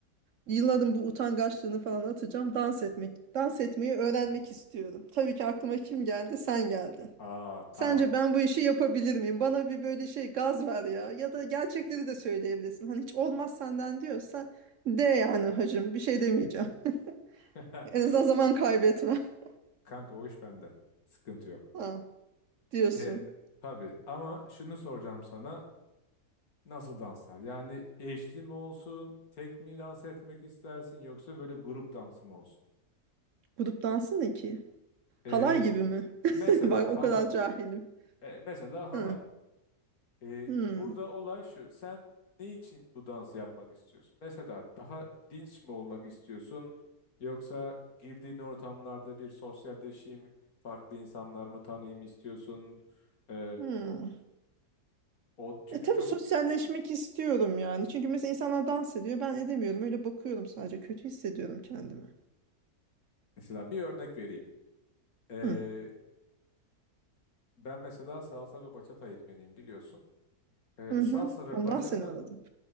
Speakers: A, on the right (about 60°); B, on the left (about 65°).
A: yılların bu utangaçlığını falan atacağım. Dans etmek, dans etmeyi öğrenmek istiyorum. Tabii ki aklıma kim geldi? Sen geldin.
B: Aa
A: Sence
B: tamam.
A: ben bu işi yapabilir miyim? Bana bir böyle şey gaz ver ya. Ya da gerçekleri de söyleyebilirsin. Hani hiç olmaz senden diyorsa de yani hacım bir şey demeyeceğim. <laughs>
B: <laughs>
A: En azından zaman kaybetme. <laughs>
B: Kanka o iş bende. Sıkıntı yok.
A: Ha, diyorsun.
B: E, tabii ama şunu soracağım sana. Nasıl danslar? Yani eşli mi olsun? Tek mi dans etmek istersin? Yoksa böyle grup dansı mı olsun?
A: Grup dansı ne ki?
B: E,
A: Halay gibi mi?
B: mesela
A: <laughs> Bak
B: halay.
A: o kadar cahilim.
B: E, mesela halay.
A: Hı.
B: E,
A: Hı.
B: burada olay şu. Sen ne için bu dansı yapmak istiyorsun? Mesela daha dinç mi olmak istiyorsun? Yoksa girdiğin ortamlarda bir sosyalleşeyim, farklı insanlar mı tanıyayım istiyorsun? E,
A: Hı.
B: o çünkü
A: E tabii
B: çok
A: sosyalleşmek istiyorum yani. Çünkü mesela insanlar dans ediyor. Ben edemiyorum. Öyle bakıyorum sadece. Kötü hissediyorum kendimi.
B: mesela bir örnek vereyim. E,
A: Hı.
B: ben mesela salsa ve bachata eğitmeniyim biliyorsun. E,
A: Hı
B: salsa
A: hı.
B: ve
A: Ondan
B: bachata
A: seni aradım.